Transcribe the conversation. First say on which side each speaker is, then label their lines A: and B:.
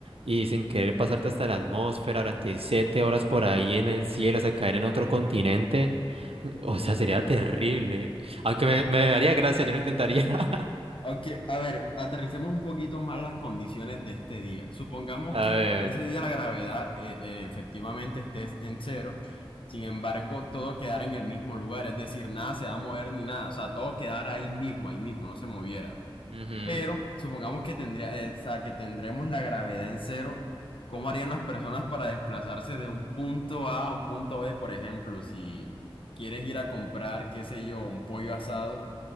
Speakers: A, on the right (about 80°); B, on the left (about 65°).
A: y sin querer pasarte hasta la atmósfera durante siete horas por ahí en el cielo, hasta caer en otro continente. O
B: Uf.
A: sea, sería terrible. Aunque me, me daría gracia, yo lo intentaría. <laughs>
B: Aunque, a ver, aterricemos un poquito más las condiciones de este día. Supongamos
A: A
B: que
A: ver.
B: ese día la gravedad eh, eh, efectivamente esté en cero, sin embargo, todo quedara en el mismo lugar, es decir, nada se va a mover ni nada, o sea, todo quedara ahí mismo, ahí mismo, no se moviera.
A: Ujú.
B: Pero supongamos que tendría, eh, o sea, que tendremos la gravedad en cero, ¿cómo harían las personas para desplazarse de un punto A a un punto B, por ejemplo, si quieres ir a comprar, qué sé yo, un pollo asado?